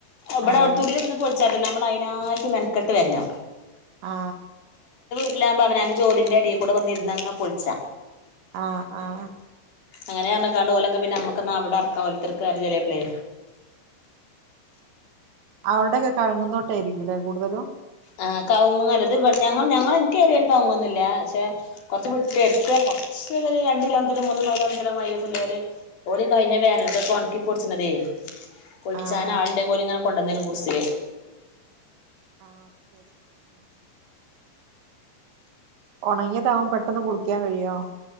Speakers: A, on the left; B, on the right.
A: ഇവിടെ,
B: ആഹ്
A: അവിടുത്തടി, വന്ന്, പൊളിച്ചാ, നമ്മൾ, അതിനായിട്ട്, മെനക്കെട്ട്, വരഞ്ഞോ
B: ആ
A: <unintelligible> അവനെൻ്റെ, ജോലിൻ്റെ, ഇടയിൽ, കൂടെ, വന്നിരന്ന്ങ്ങങ്, പൊളിച്ച
B: ആ, ആ
A: അങ്ങനെയ, ആർന്ന്കണ്ട്, ഒലോകെപിന്നെ, നമ്മുക്ക്, അവിടെ, ഇറക്ക, <unintelligible>
B: അവവിടെയൊക്കെ, കയ്യുങ്ങും, തോട്ടായിരിക്കൂല്ലേ, കൂടുതലും
A: ആ, കവുങ്ല്ലത്, ഇവിടെ, ഞങ്ങ, ഞങ്ങൾ, എനിക്ക്, ഏറിയാലും, കവുങ്ങൊന്നും, ഇ, പക്ഷെ, കൊറച്ച്, വിട്ട,, എടുത്ത കുറച്ചേ, ഒരു രണ്ട്, കിലാമിറ്റ, മൂന്ന്, <unintelligible> കഴിഞ്ഞ, വേനൽക്, ഒക്കെ ഉണക്കിപ്പൊടിച്ചിനത് പൊളിച്ചാന,
B: ആഹ്
A: ആളുണ്ടെങ്കിൽ ഓൽ ഇങ്ങനെ, കൊണ്ടൊന്നരും, ഗുഡ്സിൽ
B: <inaudible> ഉണങ്ങിയതാവൻ, പെട്ടെന്ന്, പൊളിക്കാൻ, കഴിയോ